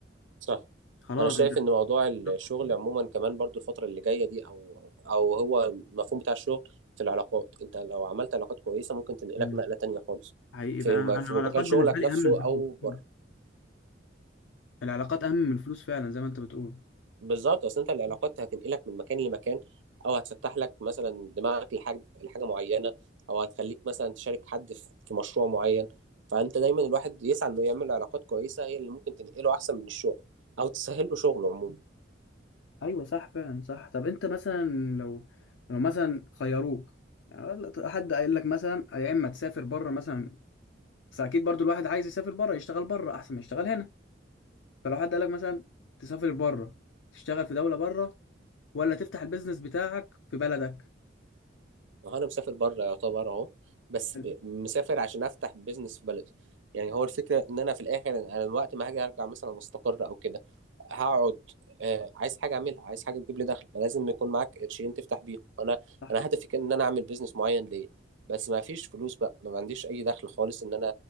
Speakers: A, on the right; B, on the left.
A: صح
B: خلاص
A: انا شايف
B: انت
A: ان موضوع الشغل
B: بالظبط.
A: عموما كمان برضو الفتره اللي جايه دي او او هو المفهوم بتاع الشغل في العلاقات انت لو عملت علاقات كويسه ممكن تنقلك
B: مم.
A: نقله تانية خالص
B: حقيقي
A: في
B: فانا
A: م-
B: انا
A: في
B: العلاقات
A: مجال شغلك
B: بالنسبه لي
A: نفسه
B: اهم من الفلوس
A: او بره
B: مم. العلاقات اهم من الفلوس فعلا زي ما انت بتقول
A: بالظبط اصل انت العلاقات هتنقلك من مكان لمكان او هتفتح لك مثلا دماغك لحاجه لحاجه معينه او هتخليك مثلا تشارك حد في في مشروع معين فانت دايما الواحد يسعى انه يعمل علاقات كويسه هي اللي ممكن تنقله احسن من الشغل او تسهل له شغله عموما
B: ايوه صح فعلا صح طب انت مثلا لو لو مثلا خيروك يعني حد قايل لك مثلا يا اما تسافر بره مثلا بس اكيد برضو الواحد عايز يسافر بره يشتغل بره احسن ما يشتغل هنا فلو حد قال لك مثلا تسافر بره تشتغل في دوله بره ولا تفتح البيزنس بتاعك في بلدك
A: هو انا مسافر بره يعتبر اهو بس
B: حلو
A: ب- مسافر عشان افتح بيزنس في بلدي يعني هو الفكره ان انا في الاخر انا الوقت ما هاجي ارجع مثلا مستقر او كده هقعد آه عايز حاجه اعملها عايز حاجه تجيب لي دخل فلازم يكون معاك قرشين تفتح بيهم انا
B: صح
A: انا هدفي كان ان انا اعمل بيزنس معين ليا بس ما فيش فلوس بقى ما عنديش اي دخل خالص ان انا